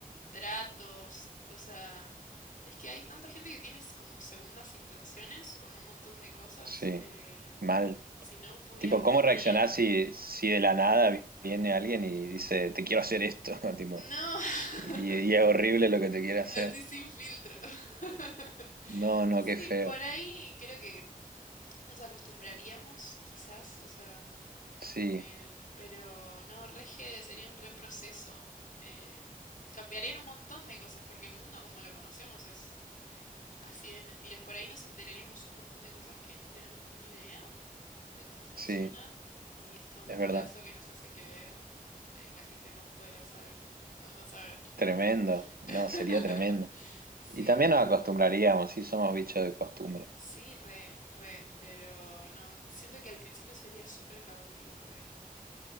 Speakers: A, on the left (about 60°); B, on the right (about 80°).
A: tratos, o sea, es que hay tanta gente que tiene s- como segundas intenciones con un montón de cosas.
B: Sí,
A: em,
B: mal.
A: si no pudieras
B: Tipo,
A: mentir,
B: ¿cómo reaccionás si, si de la nada viene alguien y dice, te quiero hacer esto? <laughs> Tipo,
A: no,
B: y,
A: <laughs>
B: y es horrible lo que te quiere hacer.
A: así sin filtro. <laughs>
B: No, no,
A: Sí,
B: qué feo.
A: por ahí creo que nos acostumbraríamos, quizás, o sea,
B: Sí,
A: em, pero no, rege sería un reproceso. em, cambiarían un montón de cosas, porque el mundo como lo conocemos es así de mentiras. Por ahí nos enteraríamos un montón de cosas que no tenemos ni idea de cómo funcionan
B: sí,
A: y es todo un
B: es
A: bolazo
B: verdad.
A: que nos hace creer eh, la gente más poderosa del mundo. Anda a saber.
B: Tremendo. No,
A: <laughs>
B: sería tremendo.
A: Sí,
B: Y también
A: no,
B: nos
A: no,
B: acostumbraríamos,
A: no.
B: sí, somos bichos de costumbre.
A: Sí, re, re, pero no, siento que al principio sería súper caótico por ahí.